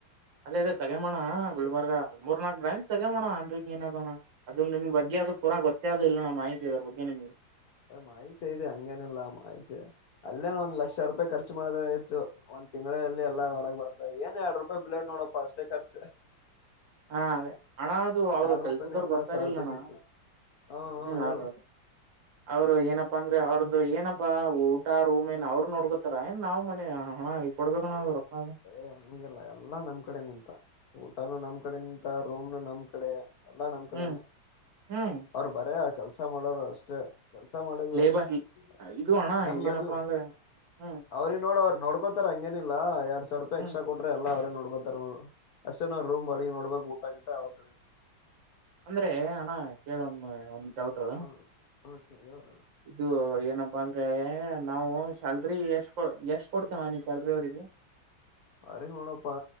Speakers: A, on the right (about 70°); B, on the left (about 60°).
A: ಅದೇ ಅದೇ ತಗಮೋಣ ಗುಲ್ಬರ್ಗ ಮೂರ್ ನಾಕಕ್ ಗ್ರಾಂಟ್ ತಗೋಣ ಅಂದ್ರಗ್ ಏನ ಅದಣ ಅದು ನಿ್ ಬಗೆ ಅದು ಪೂರ ಗೊತ್ತ ಅದ ಇಿಲ್ಲ ನ ಮಾಹತಿ ಇದದ್ರ ಬಗ್ಗೆ ಹ್ಮ್.
B: ಮಾಹಿತಿ ಇದೆ ಹಂಗೇನಿಲ್ಲ ಮಾಹಿತಿ ಅಲ್ಲೇನ್ ಒಂದ್ ಲಕ್ಷ ರೂಪಾಯಿ ಖರ್ಚು ಮಾಡದ್ರೆ ಆಯ್ತು. ತಿಂಗಳಲ್ಲಿ ಎಲ್ಲ ಹೊರಗ್ ಬರ್ತದೆ ಏನ ಎರ್ಡ್ ರೂಪಾಯಿ ಪ್ಲೇಟ್ ನೋಡಪ್ಪ ಅಷ್ಟೇ ಖರ್ಚು.
A: ಹಾ ಅದೇ. ಅಣ್ಣ ಅದು ಅವರು
B: ಎರಡ್
A: ಕೆಲ್ಸದವರು
B: ರೂಪಾಯಿನಿಂದ
A: ಬರ್ತಾ
B: ಸಾವಿರ
A: ಇರಿಲ್ಲಣ್ಣ
B: ರೂಪಾಯಿ ಸಿಗ್ತದೆ ಹ ಹ
A: ಹ್ಮ್
B: ಹೇಳು
A: ಅದು. ಅವ್ರು ಏನಪ್ಪಾ ಅಂದ್ರೆ ಅವ್ರ್ದು ಏನಪ್ಪಾ ಊಟ ರೂಮ್ ಏನ್ ಅವ್ರು ನೋಡ್ಕೋತಾರ ಏನ್ ನಾವ್ ಮನೆ ಹಣ ಕೊಡ್ಬೇಕಣ
B: ಎಲ್ಲ
A: ಅದು ರೊಕ್ಕ ಅದು
B: ಏ ಹಂಗಿಲ್ಲ ಎಲ್ಲಾ ನಮ್ ಕಡೆ ನಿಂತ. ಊಟಾನು ನಮ್ ಕಡೆ ನಿಂತ ರೂಮ್ನು ನಮ್ ಕಡೆ ಎಲ್ಲಾ ನಮ್ ಕಡೆನೆ.
A: ಹ್ಮ್ ಹ್ಮ್
B: ಅವರು ಬರೆ ಆ ಕೆಲ್ಸ ಮಾಡೋರು ಅಷ್ಟೇ. ಕೆಲ್ಸ ಮಾಡುದು
A: ಲೇಬರ್
B: <unintelligible>
A: ಇದು ಅಣ್ಣ ಈಗೇನಪ್ಪಾ ಅಂದ್ರೆ ಹ್ಮ್
B: ಅವ್ರಿಗ್ ನೋಡ ಅವ್ರ ನೋಡ್ ತರ್ ಹಂಗೇನಿಲ್ಲ ಎರಡ್ ಸಾವಿರ್ ರೂಪಾಯಿ
A: ಹ್ಮ್
B: ಎಕ್ಸ್ಟ್ರಾ ಕೊಟ್ರೆ ಎಲ್ಲ ಅವ್ರೇ ನೋಡ್ ಕೊತಾರ್ ಅವ್ರ್ ಅಷ್ಟೇ ನಾವ್ ರೂಮ್ ಬಾಡಿಗೆ ನೋಡ್ಬೇಕು ಊಟಗೀಟಾ ಅವ್ರ್ ಕಡೆ.
A: ಅಂದ್ರೆ ಅಣ್ಣ ಕೇಳೊಮ್ಮ ಒಂದ್ ಡೌಟು.
B: ಹ್ಮ್ ಓಕೆ ಹೇಳ.
A: ಇದು ಏನಪ್ಪಾ ಅಂದ್ರೆ ನಾವು ಸ್ಯಾಲ್ರಿ ಎಷ್ಟ್ ಕೊಡ್ ಎಷ್ಟ್ ಕೊಡ್ತೇವ ನೀ ಸ್ಯಾಲ್ರಿ ಅವ್ರಿಗೆ. <inaudible>
B: ಅವ್ರಿಗ್ ನೋಡಪ್ಪಾ